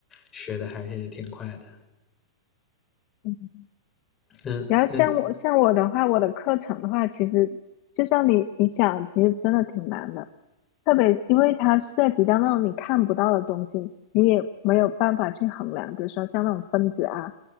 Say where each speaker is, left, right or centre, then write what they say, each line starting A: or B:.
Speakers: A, on the left (about 20°); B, on the left (about 45°).
A: 学的还是挺快的。
B: 嗯，
A: 那那
B: 然后像我像我的话，我的课程的话，其实就像你你想，其实真的挺难的，特别因为它涉及到那种你看不到的东西，你也没有办法去衡量，比如说像那种分子啊，